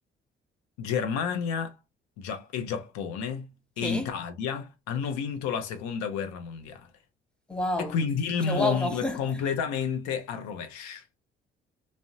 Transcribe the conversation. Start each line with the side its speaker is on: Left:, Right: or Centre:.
Left: Germania Gia- e Giappone e
Centre: Sì.
Left: Italia hanno vinto la seconda guerra mondiale.
Centre: Wow.
Left: E quindi il
Centre: Cioè,
Left: mondo
Centre: wow no.
Left: è completamente
Centre: <laughs>
Left: a rovescio.